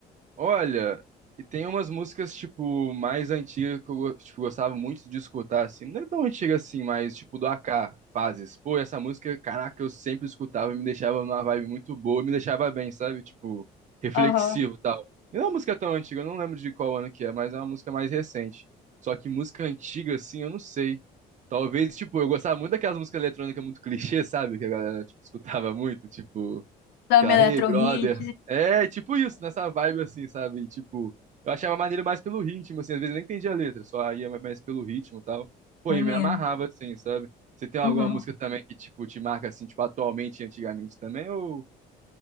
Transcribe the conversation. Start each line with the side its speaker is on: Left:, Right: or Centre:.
Right: Olha, e tem umas músicas, tipo, mais antigas que eu go- tipo, gostava muito de escutar, assim. Não é tão antiga assim, mas, tipo, do AK, Fases. Pô, essa música, caraca, eu sempre escutava, me deixava numa vibe muito boa, me deixava bem, sabe? Tipo, reflexivo
Left: Aham.
Right: e tal. E não é uma música tão antiga, eu não lembro de qual ano que é, mas é uma música mais recente. Só que música antiga, assim, eu não sei. Talvez, tipo, eu gostava muito daquelas músicas eletrônicas muito clichê, sabe? Que a galera, tipo, escutava muito, tipo.
Left: Samba
Right: Aquela,
Left: Eletro
Right: hey, brother.
Left: Hit,
Right: É, tipo isso, nessa vibe assim, sabe? E, Tipo, eu achava maneiro mais pelo ritmo, assim, às vezes eu nem entendia a letra, só ia mais pelo ritmo e tal. Pô,
Left: maneiro.
Right: e me amarrava, assim, sabe? Você tem alguma
Left: Uhum.
Right: música também que, tipo, te marca, assim, tipo, atualmente e antigamente também, ou,